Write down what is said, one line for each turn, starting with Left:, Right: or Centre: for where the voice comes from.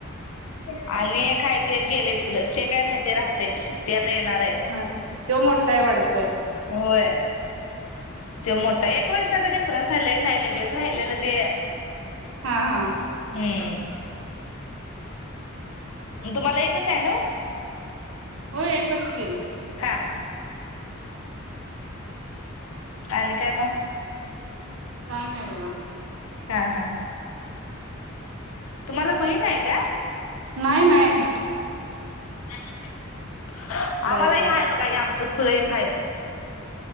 Left: आणि काय नाही ते गेले तिकड ते काय नाही ते काय राहतय ते येणार आहे
Right: हा तो मोठा आहे वाटतं
Left: होय. तेव मोठा आहे एक वर्षाचा डिफरन्स हाय लई नाही लगेच राहिलेलं ते
Right: हा हा
Left: हम्म तुम्हाला एकच हाय नव्हं?
Right: होय एकच की.
Left: हा हा. आणि काय मग
Right: काय नाही बघा.
Left: हा हा तुम्हाला बहीण आहे का?
Right: नाही नाहीय.
Left: <unintelligible> आम्हालाही
Right: एक
Left: हाय
Right: आहे.
Left: बघा आमचं खुळ एक हाय